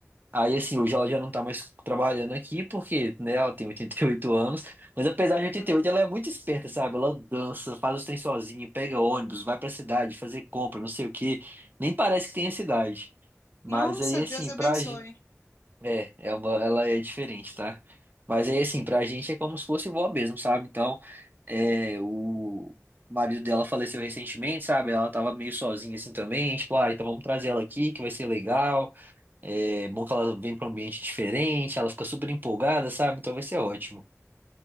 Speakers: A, on the right; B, on the left.
A: Aí, assim, hoje ela já não tá mais trabalhando aqui, porque, né, ela tem 88 anos, mas apesar
B: É muito
A: de 88,
B: velhinho.
A: ela é muito esperta, sabe? Ela dança, faz os trem sozinha, pega ônibus, vai pra cidade fazer compra, não sei o quê. Nem parece que tem a cidade. Mas
B: Nossa,
A: aí,
B: Deus
A: assim,
B: abençoe.
A: pra gente. É, é uma- ela é diferente, tá? Mas aí, assim, pra gente é como se fosse vó mesmo, sabe? Então, é, o marido dela faleceu recentemente, sabe? Ela tava meio sozinha, assim, também. Tipo, ah, então vamos trazer ela aqui, que vai ser legal. É bom que ela vem para um ambiente diferente, ela fica super empolgada, sabe? Então vai ser ótimo.